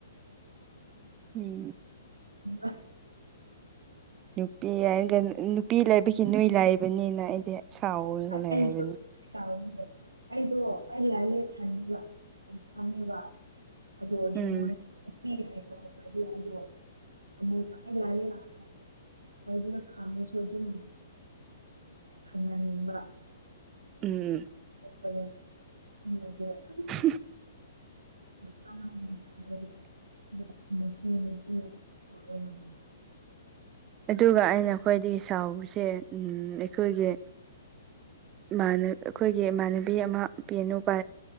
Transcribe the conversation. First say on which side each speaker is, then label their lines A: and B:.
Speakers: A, on the right; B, on the right.
A: ꯎꯝ
B: <unintelligible> <inaudible> <inaudible>
A: ꯅꯨꯄꯤ ꯍꯥꯏꯔꯒ ꯅꯨꯄꯤ ꯂꯩꯕꯒꯤ ꯅꯣꯏ ꯂꯥꯏꯕꯅꯤꯅ ꯑꯩꯗꯤ ꯁꯥꯎꯒ
B: ꯑꯩꯁꯨ
A: ꯂꯩ ꯍꯥꯏꯕ
B: <unintelligible> ꯑꯗꯨ ꯑꯣꯏꯔꯁꯨ
A: ꯎꯝ
B: ꯃꯣꯏ <unintelligible> ꯍꯥꯏꯗꯅ ꯈꯥꯡꯉꯁꯨ ꯑꯗꯨꯝ ꯈꯪꯅꯅꯤꯡꯕ
A: ꯎꯝ
B: <inaudible>
A: <inaudible>
B: <inaudible>
A: ꯑꯗꯨꯒ ꯑꯩꯅ ꯑꯈꯣꯏꯗꯤ ꯁꯥꯎꯕꯁꯦ ꯑꯩꯈꯣꯏꯒꯤ ꯏꯃꯥꯅ ꯑꯈꯣꯏꯒꯤ ꯏꯃꯥꯟꯅꯕꯤ ꯑꯃ ꯄꯤ ꯑꯅꯨꯄꯥ